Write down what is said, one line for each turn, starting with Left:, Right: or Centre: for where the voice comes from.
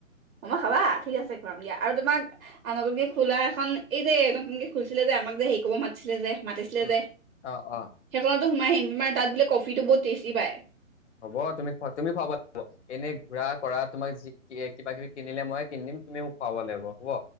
Right: ম'ম' খাবা ঠিক আছে খুৱাম দিয়া আৰু তোমাক, আৰু নতুনকে খোলা এখন এই যে নতুনকে খুলিছিলে যে আমাক যে হেৰি ক'ব মাতিছিলে যে, মাতিছিলে
Left: উম,
Right: যে
Left: অ', অ'।
Right: সেইখনত, সোমাই আহিম তোমাৰ তাত বোলে কফিটো বহুত টেষ্টি পায়।
Left: হ'ব তুমি তুমি খুৱাব লাগিব এনে ঘূৰা কৰাত। তোমাক কিবা কিবি কিনিলে ময়ে কিনি দিম তুমি মোক খুৱাব লাগিব হ'ব।